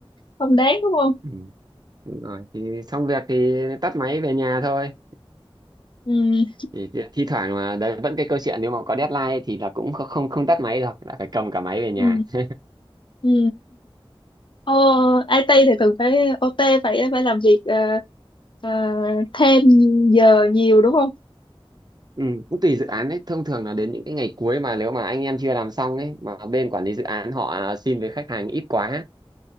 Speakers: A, on the left; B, on the right.
A: không đáng đúng không
B: ừ. đúng rồi thì xong việc thì tắt máy về nhà thôi
A: ừ
B: thì thi thi thoảng mà đấy vẫn cái câu chuyện nếu mà có deadline thì là cũng không không không tắt máy được là phải cầm cả máy về nhà
A: ừ
B: <laughs>
A: ừ Ồ, IT thì thường phải OT phải phải làm việc ờ, ờ, thêm giờ nhiều đúng không
B: Ừ, cũng tùy dự án đấy thông thường là đến những cái ngày cuối mà nếu mà anh em chưa làm xong ấy mà bên quản lý dự án họ xin với khách hàng ít quá